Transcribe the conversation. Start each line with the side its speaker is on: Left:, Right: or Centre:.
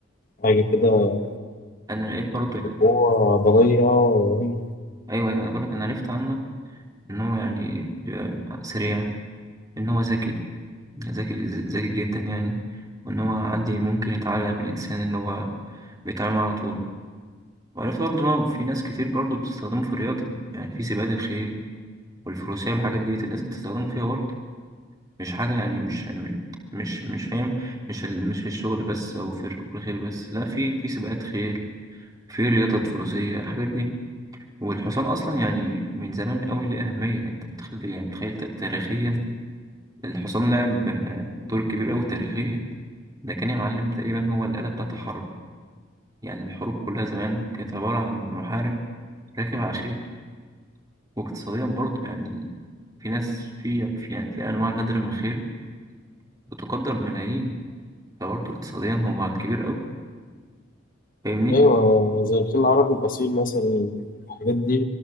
Left: حاجة كده
Right: أنا لقيت برضه يعني،
Left: قوة عضلية رهيبة
Right: ايوه ايوه انا بقول لك انا عرفت عنه ان هو يعني بي- سريع ان هو ذكي ذكي ذكي جدا يعني وان هو عندي ممكن يتعلق بالانسان اللي هو بيتعامل معاه على طول وعرفت برضه ان هو في ناس كتير برضه بتستخدمه في الرياضة يعني في سباقات الخيل والفروسية والحاجات ديت الناس بتستخدمه فيها برضه مش حاجة يعني مش مش مش فاهم مش ال- مش في الشغل بس او في ركوب الخيل بس لا في في سباقات خيل في رياضة فروسية الحاجات دي والحصان أصلا يعني من زمان قوي ليه أهمية أنت متخيل يعني متخيل تا- تاريخيا الحصان لعب آه، دور كبير أوي تاريخيا ده كان يا معلم تقريبا هو الآلة بتاعة الحرب يعني الحروب كلها زمان كانت عبارة عن محارب راكب على خيل واقتصاديا برضه يعني في ناس في في- يعني في أنواع نادرة من الخيل بتقدر بملايين فبرضه اقتصاديا هو كبير أوي فاهمني؟
Left: أيوة زي الفيل العربي الأصيل مثلا الحاجات دي